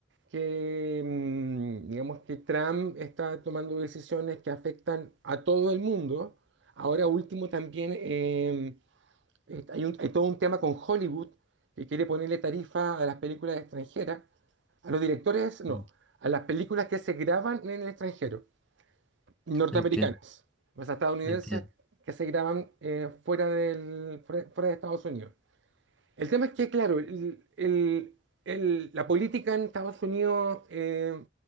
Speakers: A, on the right; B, in the centre.
A: que, mm, digamos, que Trump está tomando decisiones que afectan a todo el mundo. Ahora último también em, eh, hay un- hay todo un tema con Hollywood que quiere ponerle tarifa a las películas extranjeras, a los directores, no,
B: mm.
A: a las películas que se graban en el extranjero, norteamericanas,
B: Entiendo,
A: o sea, estadounidenses
B: entiendo.
A: que se graban eh, fuera del, fuera, fuera de Estados Unidos. El tema es que, claro, el- el- el- la política en Estados Unidos eh,